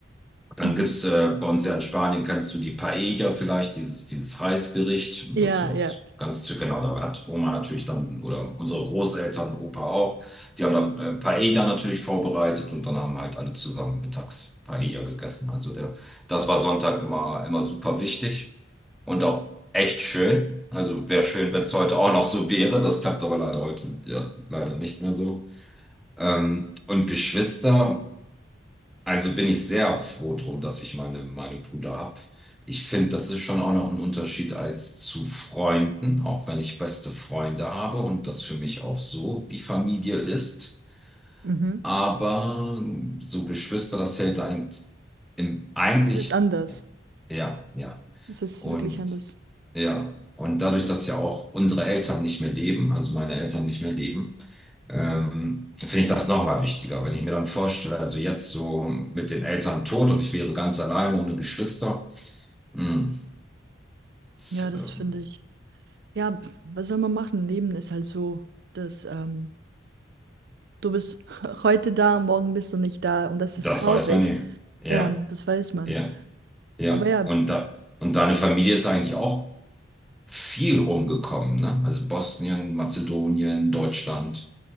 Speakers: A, in the centre; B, on the right (about 60°).
A: Dann
B: Mhm.
A: gibt es äh, bei uns ja in Spanien, kennst du die Paella vielleicht, dieses, dieses Reisgericht,
B: ja,
A: dass du das
B: ja,
A: ganz genau, da hat Oma natürlich dann, oder unsere Großeltern, Opa auch, die haben dann äh, Paella natürlich vorbereitet und dann haben halt alle zusammen mittags Paella gegessen. Also der, das war Sonntag immer, immer super wichtig und auch echt schön. Also wäre schön, wenn es heute auch noch so wäre. Das klappt aber leider heute ja, leider nicht mehr so. Ähm, und Geschwister. Also bin ich sehr froh drum, dass ich meine, meine Brüder habe. Ich finde, das ist schon auch noch ein Unterschied als zu Freunden, auch wenn ich beste Freunde habe und das für mich auch so wie Familie ist.
B: Mhm.
A: Aber so Geschwister, das hält einen im, eigentlich,
B: es ist anders.
A: ja, ja.
B: Es ist
A: Und
B: wirklich anders.
A: ja, und dadurch, dass ja auch unsere Eltern nicht mehr leben, also meine Eltern nicht mehr leben, ähm, finde ich das nochmal wichtiger. Wenn ich mir dann vorstelle, also jetzt so mit den Eltern tot und ich wäre ganz alleine ohne Geschwister, mh, das,
B: Ja, das
A: ähm,
B: finde ich. Ja, pf, was soll man machen? Leben ist halt so, dass ähm, du bist <laughs> heute da, morgen bist du nicht da und das
A: das
B: ist traurig.
A: weiß man nie. Ja,
B: Ja, das weiß man.
A: ja, ja.
B: Aber ja,
A: Und, da, und deine Familie ist eigentlich auch viel rumgekommen, ne? Also Bosnien, Mazedonien, Deutschland